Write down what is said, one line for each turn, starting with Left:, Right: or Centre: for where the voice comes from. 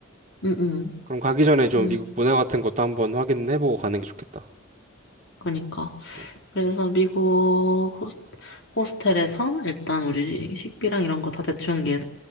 Left: 응, 응.
Right: 그럼 가기 전에 좀
Left: 응,
Right: 미국 문화 같은 것도 한번 확인해보고 가는 게 좋겠다.
Left: 그러니까.
Right: 음.
Left: 그래서 미국 호스, 호스텔에서 일단 우리 식비랑 이런 거 다 대충 예,